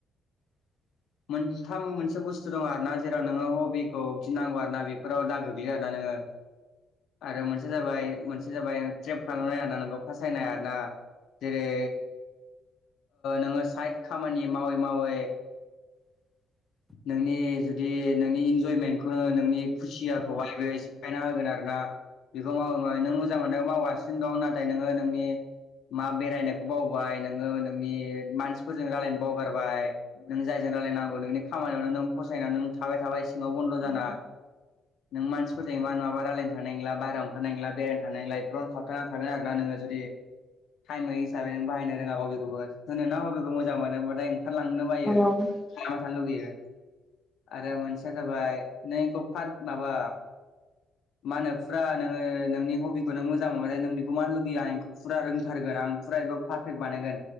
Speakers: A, in the centre; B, on the left.
A: <inaudible>
B: मोनथाम मोनसे बुस्थु दं आरोना जेराव नोङो हबिखौ गिनांगौ आरोना बेफोराव दा गोग्लैयो आरोना नोङो आरो मोनसे जाबाय मोनसे जाबाय ट्रेप खालामनाय आदा नों खासायनाय आदा जेरै नोंङो साइड खामानि मावै मावै
A: <unintelligible>
B: नोंनि जुदि नोंनि इन्जयमेन्टखौ नोंनि खुसियाखौहाय सिफायना होगोन आरो ना बेखौ माव म नों मोजां मोन्नायखौ मावगासिनो दं नाथाय नोंङो नोंनि मा बेरायनायखौ बावबाय नोंङो नोंनि मानसिफोरजों रायलायनो बावगारबाय नों जायजों राय जे नागौ नोंनि खामानियावनो नों फसायनानै नों थाबाय थाबाय सिङाव बन्द' जाना नों मानसिफोरजोंयो इमान माबा रायलायनो थांनाय नंला बाहेराव ओंखारनाय नंला बेरायनो थांनाय नंला इफोरावनो थाबथाना थागोन आरोना नोंङो दा जुदि टाइमै हिसाबै बाहायनो रोङा बबेखौबो होनोना बबेखौ मोजां मोनोबाथाय ओंखारलांनो बायो
A: औ
B: थाबा थानो लुुबैयो आरो मोनसेया जाबाय नै ग पार्क माबा मा होनो फुरा नोंङो नोंनि हबिखौ नों मोजां मोनो नों बेखौ मानो लुबैया आंखौ फुरा रों बुथारगोन आं फुरा एखौ पारफेक्ट बानायगोन